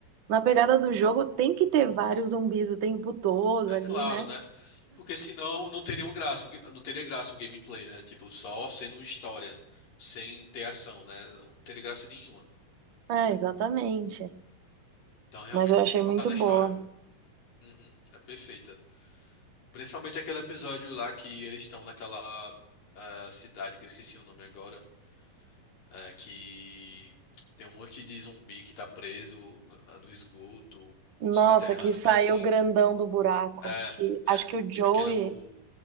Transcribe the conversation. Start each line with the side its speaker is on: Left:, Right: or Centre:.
Right: na pegada do jogo tem que ter vários zumbis o tempo todo
Left: É
Right: ali,
Left: claro,
Right: né?
Left: né? Porque senão não teria um graça, o ga- não teria graça o gameplay, né? Tipo, só sendo uma história, sem ter ação, né? Não teria graça nenhuma.
Right: É, exatamente.
Left: Então realmente
Right: Mas eu
Left: tem
Right: achei
Left: que focar
Right: muito
Left: na história.
Right: boa.
Left: Uhum, é perfeita. Principalmente aquele episódio lá que eles estão naquela ah, cidade que eu esqueci o nome agora, é, que tem um monte de zumbi que tá preso no, no esgoto,
Right: Nossa,
Left: no subterrâneo,
Right: que saiu
Left: coisa assim.
Right: grandão do buraco.
Left: É,
Right: Que
Left: é.
Right: acho que o Joey,
Left: Aquele é o